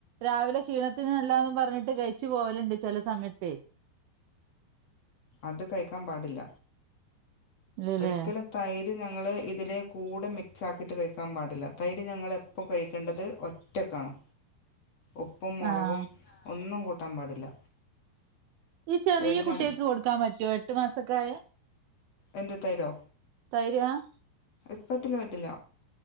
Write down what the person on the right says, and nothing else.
രാവിലെ ക്ഷീണത്തിനല്ലാന്ന് പറഞ്ഞിട്ട് കഴിച്ച ച്ച് പോലുണ്ട് ചില സമയത്ത്
ഇല്ലല്ലേ
ആഹ്
ഈ ചെറിയ
കുട്ടിയക്ക്
കൊടുക്കാൻ പറ്റുവോ എട്ടു മാസക്കായ
തൈരാ ആഹ്